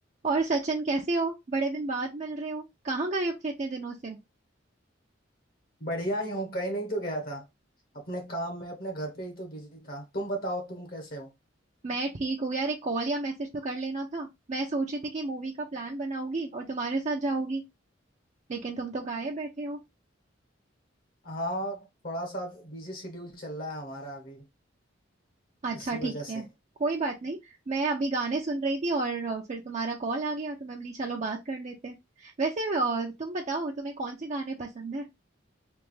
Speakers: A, on the right; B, on the left.
A: और सचिन कैसे हो बड़े दिन बाद मिल रहे हो कहाँ गायब थे इतने दिनों से
B: बढ़िया ही हूँ कहीं नहीं तो गया था अपने काम में अपने घर पे ही तो बिजी था तुम बताओ तुम कैसे हो
A: मैं ठीक हूँ यार एक कॉल या मैसेज तो कर लेना था मैं सोची थी कि मूवी का प्लान बनाऊंगी और तुम्हारे साथ जाऊंगी लेकिन तुम तो गायब बैठे हो
B: हाँ थोड़ा सा बिजी शेड्यूल चल रहा है हमारा अभी
A: अच्छा
B: इसी वजह
A: ठीक है
B: से
A: कोई बात नहीं मैं अभी गाने सुन रही थी और अ, फिर तुम्हारा कॉल आ गया तो मैं बोली चलो बात कर लेते हैं वैसे अ, तुम बताओ तुम्हें कौन से गाने पसंद है